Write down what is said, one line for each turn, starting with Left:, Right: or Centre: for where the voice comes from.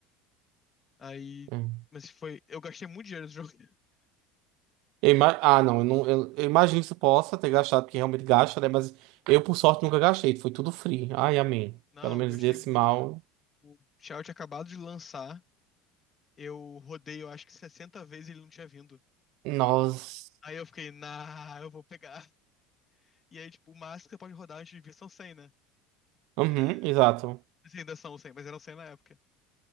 Left: Aí.
Right: Uhum.
Left: Mas foi. Eu gastei muito dinheiro nesse jogo. <laughs>
Right: Eu ima- Ah, não, eu, não eu, eu imagino que você possa ter gastado, porque realmente gasta, né? Mas eu, por sorte, nunca gastei. Foi tudo free. Ai, amém.
Left: Não,
Right: Pelo menos
Left: eu gastei
Right: desse
Left: muito,
Right: mal.
Left: cara. O Shout tinha acabado de lançar. Eu rodei, eu acho que 60 vezes e ele não tinha vindo.
Right: Nossa.
Left: Aí eu fiquei, nah, eu vou pegar. E aí, tipo, o máximo que você pode rodar antes de vir são 100, né?
Right: Uhum,
Left: É,
Right: exato.
Left: assim, ainda são 100, mas eram 100 na época.